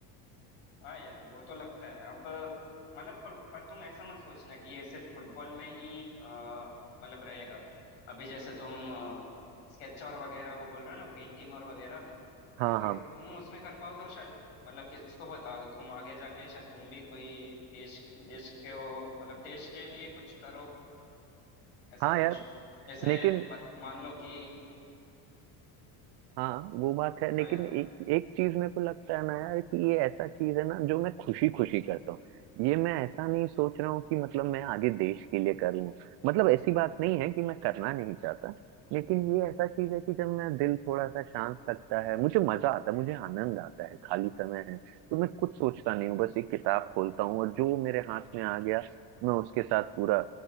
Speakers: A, on the left; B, on the right.
A: हाँ यार वो तो लगता है अब मतलब पर, पर तुम ऐसा मत सोचना कि ये सिर्फ फुटबॉल में ही अ, मतलब रहेगा अभी जैसे तुम स्केच और वगैरह वो बोल रहे हो ना पेंटिंग और वगैरह
B: हाँ
A: तो अगर
B: हाँ
A: तुम उसमें कर पाओ तो शायद मतलब किसको पता तुम आगे जाके शायद तुम भी कोई देश देश के हो मतलब देश के लिए कुछ करो ऐसा
B: हाँ
A: कुछ
B: यार
A: जैसे
B: लेकिन
A: मत- मान लो कि
B: हाँ वो बात है
A: बताओ
B: लेकिन
A: यार
B: एक एक चीज मेरे को लगता है ना यार कि ये ऐसा चीज है ना जो मैं खुशी खुशी करता हूँ ये मैं ऐसा नहीं सोच रहा हूँ कि मतलब मैं आगे देश के लिए करूँ मतलब ऐसी बात नहीं है कि मैं करना नहीं चाहता लेकिन ये ऐसा चीज है कि जब मेरा दिल थोड़ा सा शांत लगता है मुझे मजा आता है मुझे आनंद आता है खाली समय है तो मैं कुछ सोचता नहीं हूँ बस एक किताब खोलता हूँ और जो मेरे हाथ में आ गया मैं उसके साथ पूरा